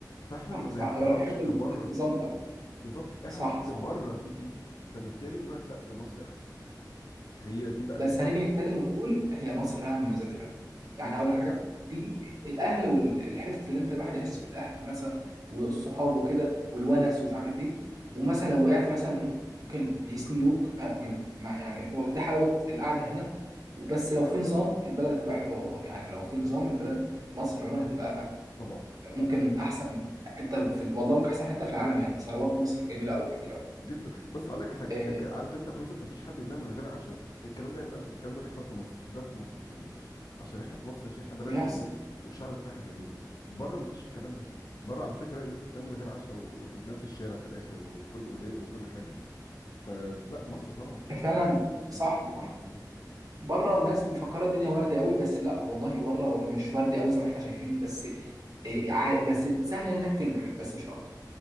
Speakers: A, on the left; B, on the right.
A: فاحنا
B: صح
A: ما
B: صح
A: نعرفش
B: ايوه انا بحب
A: بره
B: النظام
A: في ايه
B: ده
A: بالظبط احنا
B: صح
A: ما نعرفش
B: صح
A: بره في ايه فبالتالي بنقول لك لا ده مصري احسن هي دي بقى
B: بس
A: الفكره
B: هنيجي نتكلم ونقول هي مصر لها مميزات حلوه يعني هقول لك
A: لا
B: حاجه في الاهل والحته اللي انت الواحد يحس بالاهل مثلا والصحاب وكده والونس ومش عارف ايه ومثلا لو وقعت مثلا ممكن يسندوك آه، م- مع- يعني هو ده حلاوه القعده هنا بس لو في نظام البلد هتبقى حلوه والله يعني لو في نظام البلد مصر عموما هتبقى
A: طبعا طبعا
B: ممكن احسن حته في ال- والله ممكن احسن حته في العالم يعني ثروات مصر جميله قوي كتير قوي
A: جدا بس هقول لك على حاجه
B: آه،
A: فكره عارف انت كونسبت ما فيش حد بينام من غير عشاء الكلام ده هيتقال الكلام ده بيحصل في مصر ده في مصر الكلام ده عشان احنا في مصر عشان احنا بلد
B: بيحصل
A: جمال والشعب بتاعها جميل بره ما فيش الكلام ده بره على فكره الناس بتنام من غير عشاء وبتنام في الشارع في الاخر وكل وهي وكل حاجه يعني فلا مصر طبعا فيها حاجات
B: فعلا
A: احسن
B: صح
A: بكتير
B: صح
A: يعني اه
B: بره الناس مفكره الدنيا ورد قوي بس لا والله بره مش ورد قوي زي ما احنا شايفين بس إيه، عا- بس سهل انك تنجح بس مش اكتر